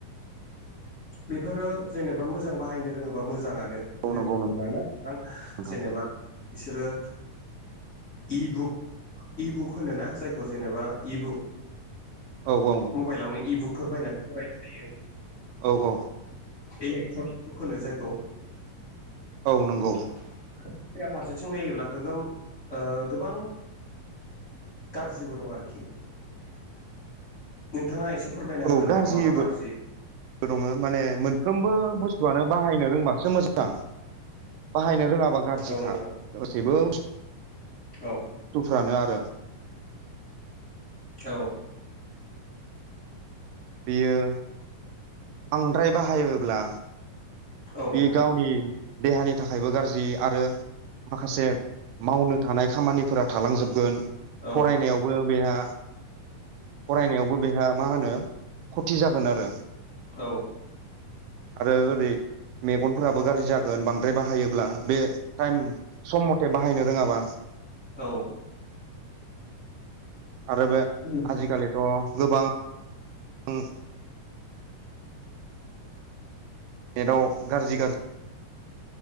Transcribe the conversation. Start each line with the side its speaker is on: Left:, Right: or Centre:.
Left: बेफोरो जेनेबा मोजां बाहायनो रोङोबा मोजाङानो होननो
Right: औ नंगौ
Left: थाङोब्ला ना नोंथां
Right: नोंथां
Left: जेनेबा बिसोरो इबुक इबुक होनोना जायखौ जेनेबा इबुक
Right: औ औ
Left: मबाइलावनो इबुकफोर बायनानै फरायनो हायो।
Right: औ-औ
Left: इलेक्ट्रनिक बुक होनो जायखौ
Right: औ नंगौ
Left: बेरा फारसेथिं नायोब्ला गोगोम गोबां गारजिबो दं आरोखि नोंथाङा एसे फोरमायना होगोन
Right: औ
Left: नामा
Right: गाज्रिबो
Left: मा मा गाज्रि
Right: दङ माने मोनफ्रोमबो बुस्थुआनो बाहायनो रोंबासो मोजां बाहायनो रोङाबा गारजिखा
Left: औ नोंथां
Right: गासैबो।
Left: औ
Right: बुस्थुफ्रानो आरो।
Left: औ
Right: बियो बांद्राय बाहायोब्ला
Left: औ
Right: बेयो
Left: नोंथां
Right: गावनि देहानि थाखायबो गारजि आरो माखासे मावनो थानाय खामानिफोरा थालांजोबगोन
Left: औ
Right: फरायनायाव बो बेहा फरायनायावबो बेहा मा होनो खथि जागोन आरो।
Left: औ
Right: आरो ओरै मेगनफोराबो गाज्रि जागोन बांद्राय बाहायोब्ला बे टाइम सम मथे बाहायनो रोङाबा।
Left: औ
Right: आरो बे
Left: औ
Right: आजिखालिथ' गोबां उम नेटआव गाज्रि गा